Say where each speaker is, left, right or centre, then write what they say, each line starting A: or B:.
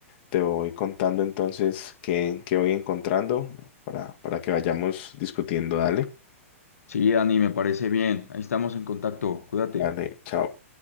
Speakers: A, on the left (about 45°); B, on the left (about 85°).
A: te voy contando entonces qué, qué voy encontrando para, para que vayamos discutiendo. Dale,
B: Sí, Dani, me parece bien. Ahí estamos en contacto. Cuídate.
A: dale, chao.